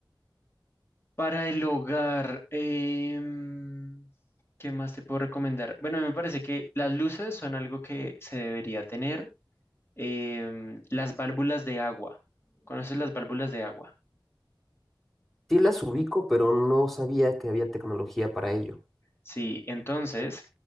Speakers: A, on the left; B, in the centre.
A: Para el hogar, em, ¿qué más te puedo recomendar? Bueno, me parece que las luces son algo que se debería tener. em, las válvulas de agua. ¿Conoces las válvulas de agua?
B: Sí las ubico, pero no sabía que había tecnología para ello.
A: Sí, entonces,